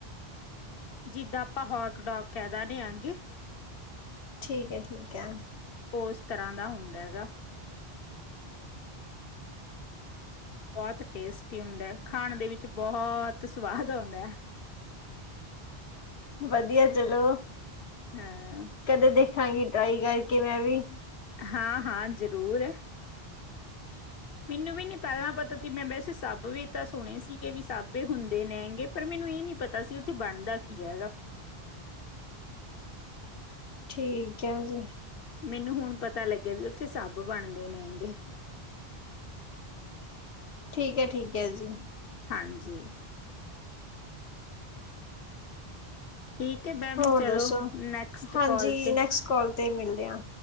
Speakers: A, on the left (about 65°); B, on the left (about 80°).
A: ਜਿੱਦਾਂ ਆਪਾਂ ਹੋਟ ਡੋਕ ਕਹਿ ਦਦੇ ਆਗੇ
B: ਠੀਕ ਹੈ ਠੀਕ ਹੈ
A: ਉਹ ਇਸ ਤਰ੍ਹਾਂ ਦਾ ਹੁੰਦਾ ਹੈਗਾ ਬੋਤ ਟੇਸਟੀ ਹੁੰਦਾ ਖਾਣ ਦੇ ਵਿੱਚ ਬੋਤ ਸਵਾਦ ਆਂਦਾ
B: ਵਧੀਆ ਚਲੋ
A: ਹਾਂ
B: ਕਦੇ ਦੇਖਾਂਗੀ ਟਰਾਈ ਕਰਕੇ ਮੈਂ ਵੀ
A: ਹਾਂ ਹਾਂ ਜ਼ਰੂਰ ਮੈਨੂੰ ਵੀ ਨੀ ਪੈਲਾਂ ਪਤਾ ਤੀ ਮੈਂ ਵੈਸੇ ਸਭ ਵੇ ਸੁਣੇ ਸੀਗੇ ਵੀ ਸਭਵੇ ਹੁੰਦੇ ਨੇ ਹੈਗੇ ਪਰ ਮੈਨੂੰ ਇਹ ਨੀ ਪਤਾ ਸੀ ਉੱਥੇ ਬਣਦਾ ਕੀ ਹੈਗਾ
B: ਠੀਕ ਹੈ ਜੀ
A: ਮੈਨੂੰ ਹੁਣ ਪਤਾ ਲੱਗਿਆ ਵੀ ਉੱਥੇ ਸਬ ਬਣਦੇ ਨੇ ਹੈਂਗੇ
B: ਠੀਕ ਹੈ ਠੀਕ ਹੈ ਜੀ
A: ਹਾਂਜੀ ਠੀਕ ਹੈ ਮੈਮ
B: ਹੋਰ
A: ਚਲੋ
B: ਦੱਸੋ
A: ਨੈਕਸਟ
B: ਹਾਂਜੀ
A: ਕੋਲ 'ਤੇ
B: ਨੈਕਸਟ ਕਾਲ ਤੇ ਮਿਲਦੇ ਹਾਂ